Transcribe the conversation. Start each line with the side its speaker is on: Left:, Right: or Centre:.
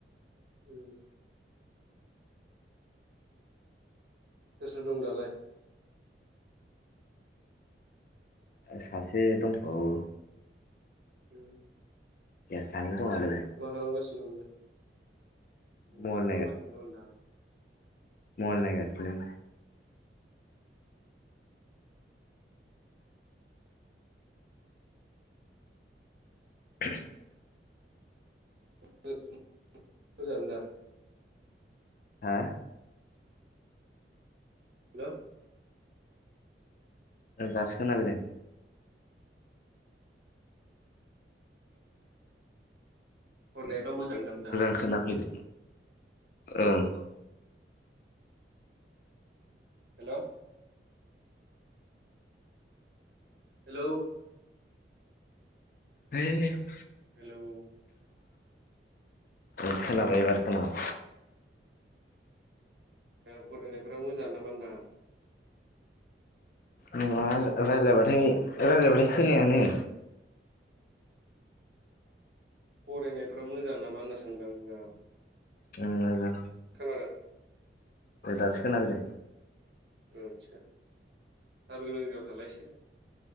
Right: उम गोसो दं दालाय?
Left: सासे दंबावो।
Right: उ <inaudible>
Left: साननोदोंङााद
Right: मा खालामगासिनो दं
Left: मबाइल
Right: मा खालामगासिनो दं दां
Left: मल नायगासिनो <inaudible>
Right: मोजां दा
Left: हा
Right: हेल'
Left: दासो खोनादों
Right: फरायनायाथ' मोजां ना होनदा
Left: खोनाफैदो ओं
Right: हेल' हेलौ
Left: हो
Right: हेल'
Left: बे खोनाबाय एबार खोनाबाय
Right: फरायनायफोरा मोजां नामा होनदां
Left: नङा रायजलायबाथाय रायज्लायबाथाय खोनायानो
Right: फरायनायफ मोजां नामा होनना सोंदां दा
Left: जा
Right: खानडा
Left: औ दासो खोनााबैदों
Right: आदसा थार गोनां जयाव थालायसै